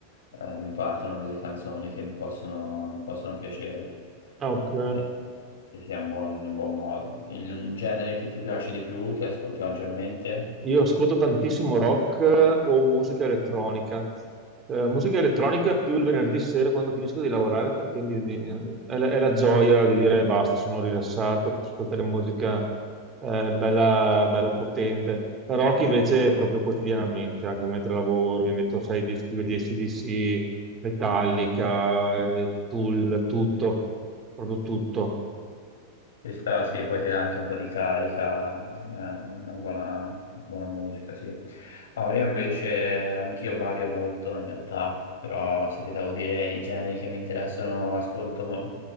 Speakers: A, on the left; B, on the right.
A: eh, mi partono delle canzoni che mi possono, mi possono piacere.
B: Ah, ok.
A: E sì, sì, è un buon, un buon modo. Il genere che ti piace di più, che ascolti maggiormente?
B: Io ascolto tantissimo rock eh, o musica elettronica. Eh, musica elettronica più il venerdì sera quando finisco di lavorare perché mi- di- è, la, è la gioia di dire basta, sono rilassato, posso ascoltare musica eh, bella, bella potente. La rock invece è proprio quotidianamente, anche mentre lavoro, mi metto sei dischi degli AC/DC, Metallica, eh, Tool, tutto, proprio tutto.
A: Ci sta, sì, poi ti dà anche un po' di carica, è una buona, buona musica, sì. Ah, io invece, anch'io vario molto in realtà, però se ti devo dire i generi che mi interessano, ascolto ma-